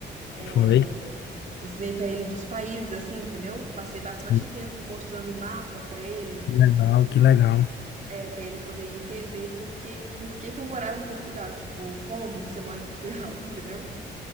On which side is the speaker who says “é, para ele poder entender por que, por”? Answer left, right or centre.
Right